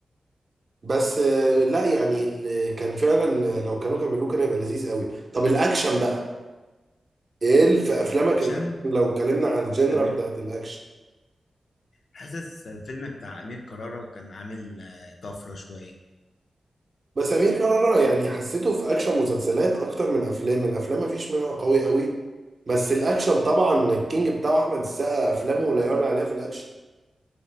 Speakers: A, on the right; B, on the left.
A: بس آه لا يعني ال- كان فعلا لو كانوا كملوه كان هيبقى لذيذ قوي طب الاكشن بقى ايه ال- في افلامك
B: اكشن
A: الاكشن لو اتكلمنا عن الجنرا
B: امير
A: بتاعت الاكشن
B: حاسس الفيلم بتاع امير كرارة كان عامل آه، طفرة شوية
A: بس امير كرارة يعني حسيته في اكشن مسلسلات اكتر من افلام الافلام ما فيش منها قوي قوي بس الاكشن طبعا الكينج بتاعه احمد السقا افلامه لا يعلى عليها في الاكشن